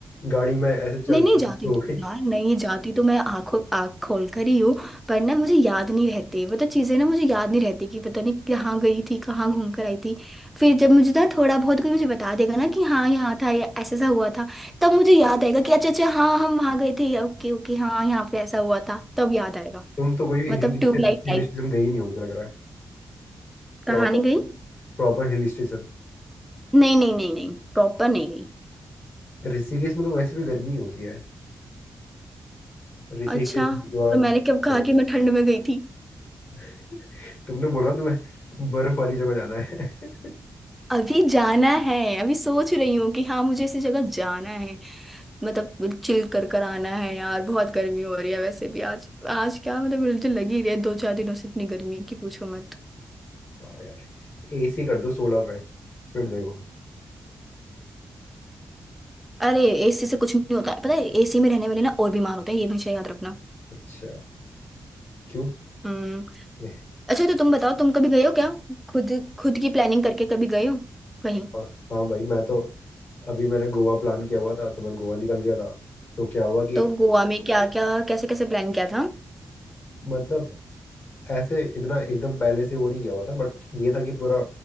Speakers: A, on the left; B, in the centre.
A: गाड़ी में ऐसे चल
B: नहीं नहीं
A: रही
B: जाती
A: हो
B: तो
A: गई
B: यार नहीं जाती तो मैं आंखों आंख खोल कर ही हूँ पर ना मुझे याद नहीं रहते मतलब चीज़ें ना मुझे याद नहीं रहती कि पता नहीं कहाँ गई थी कहाँ घूम कर आई थी फिर जब मुझे ना थोड़ा बहुत कोई मुझे बता देगा ना कि हाँ यहाँ था या ऐसा ऐसा हुआ था तब मुझे याद आएगा कि अच्छा अच्छा हाँ हम वहाँ गए थे ओके ओके हाँ यहाँ पे ऐसा हुआ था तब याद आएगा
A: तुम तो कोई भी
B: मतलब
A: हिल
B: ट्यूबलाइट
A: स्टेशन हिल
B: टाइप
A: स्टेशन गई नहीं हो मुझे लग रहा है
B: कहानी
A: Proper
B: गई
A: Proper hill station
B: नहीं नहीं नहीं नहीं प्रॉपर नहीं गई
A: Rishikesh में तो वैसे भी गर्मी होती है ऋषिकेश
B: अच्छा
A: हरिद्वार
B: तो मैंने
A: बर्फ।
B: कब कहा कि मैं ठंड में गई थी
A: <laughs> तुमने बोला ना तुम्हें बर्फ वाली जगह जाना है <laughs>
B: अभी जाना है अभी सोच रही हूँ कि हाँ मुझे इसी जगह जाना है मतलब चिल कर कर आना है यार बहुत गर्मी हो रही है वैसे भी आज आज क्या मतलब मुझे लगी रही है दो चार दिनों से इतनी गर्मी की पूछो मत
A: हाँ यार एसी कर दो सोलह पे फिर देखो
B: अरे एसी से कुछ नहीं होता है पता है एसी में रहने वाले ना और बीमार होते हैं ये हमेशा याद रखना
A: अच्छा क्यों
B: हम्म
A: नहीं,
B: अच्छा तो तुम बताओ तुम कभी गए हो क्या खुद खुद की प्लानिंग करके कभी गए हो कहीं
A: हाँ हाँ भाई मैं तो अभी मैंने गोवा प्लान किया हुआ था तो मैं गोवा निकल गया था तो क्या हुआ कि
B: तो गोवा में क्या क्या कैसे कैसे प्लान किया था
A: मतलब ऐसे इतना एकदम पहले से वो नहीं किया हुआ था बट ये था कि पूरा